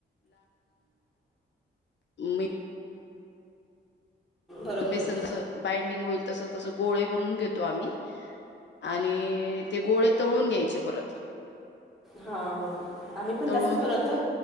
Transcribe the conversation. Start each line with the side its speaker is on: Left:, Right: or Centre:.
Left: मी
Centre: बरोबर
Left: बेसन जस बाइंडिंग होईल तस तस गोळे बनून घेतो आम्ही. आणि ते गोळे तळून घ्यायचे परत
Centre: हा आम्ही पण
Left: तळून
Centre: तसच बनवतो,